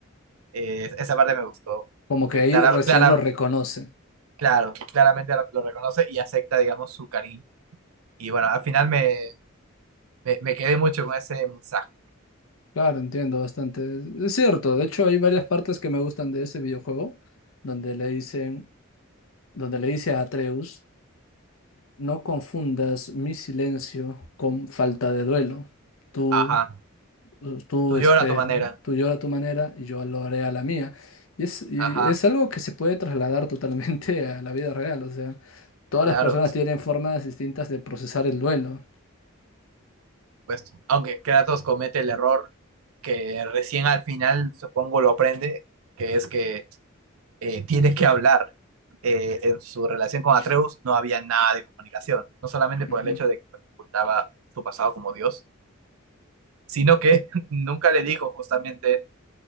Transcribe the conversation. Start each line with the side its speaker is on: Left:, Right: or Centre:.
Right: Eh, esa parte me gustó,
Left: Como
Right: porque
Left: que ahí
Right: clara,
Left: recién
Right: clara,
Left: lo reconoce.
Right: claro, claramente lo reconoce y acepta, digamos, su cariño. Y bueno, al final me, me, me quedé mucho con ese mensaje.
Left: Claro, entiendo bastante. Es cierto, de hecho hay varias partes que me gustan de ese videojuego, donde le dicen, donde le dice a Atreus, no confundas mi silencio con falta de duelo. Tú,
Right: Ajá,
Left: tú,
Right: tú
Left: este,
Right: llora a tu manera.
Left: tú llora a tu manera y yo lo haré a la mía. Y es, y
Right: Ajá,
Left: es algo que se puede trasladar <laughs> totalmente a la vida real. O sea, todas
Right: claro,
Left: las personas
Right: por
Left: tienen formas distintas de procesar el duelo.
Right: supuesto. Aunque Kratos comete el error que recién al final, supongo, lo aprende, que es que eh, tienes que hablar. Eh, en su relación con Atreus no había nada de comunicación, no solamente por
Left: Ujú.
Right: el hecho de que ocultaba su pasado como Dios, sino que <laughs> nunca le dijo justamente